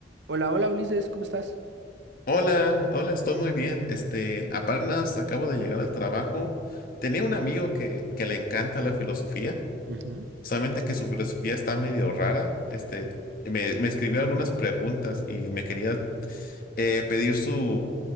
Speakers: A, on the right; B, on the left.
A: Hola, hola Ulises, ¿cómo estás?
B: Hola, hola, estoy muy bien. Este, apenas acabo de llegar al trabajo. Tenía un amigo que, que le encanta la filosofía,
A: Ujú.
B: solamente que su filosofía está medio rara. Este, me, me escribió algunas preguntas y me quería eh, pedir su,